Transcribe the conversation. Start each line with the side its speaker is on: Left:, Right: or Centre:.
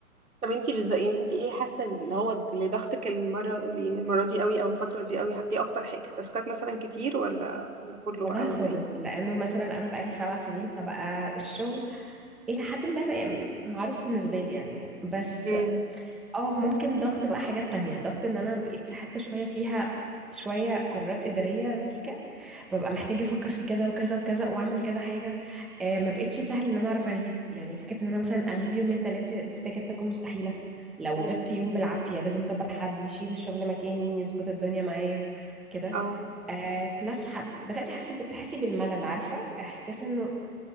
Right: طب انتي بالظبط يعني انتي ايه حاسه اللي هو اللي ضغطك المره اللي يعني المره دي قوي او الفتره دي قوي ايه اكتر حاجه تاسكات مثلا كتير ولا ولا كله
Centre: والله
Right: بقى ولا
Centre: خالص
Right: ايه
Centre: لانه مثلا انا بقالي سبع سنين فبقى الشغل الى حد ما بقى م- معروف بالنسبه لي يعني بس
Right: امم
Centre: اه ممكن ضغط بقى حاجات تانية ضغط ان انا بقيت في حته شويه فيها شويه قرارات اداريه سيكه فبقى محتاجه افكر في كذا وكذا وكذا واعمل كذا حاجه آه ما بقتش سهل ان انا اعرف اغيب يعني فكره ان انا مثلا اغيب يومين ثلاثه دي تكاد تكون مستحيله لو
Right: امم
Centre: غبت يوم مم. بالعافيه لازم اظبط حد يشيل الشغل مكاني يظبط الدنيا معايا كده
Right: او
Centre: آه بلس حب... بدأت أحس بتحسي بالملل عارفة إحساس إنه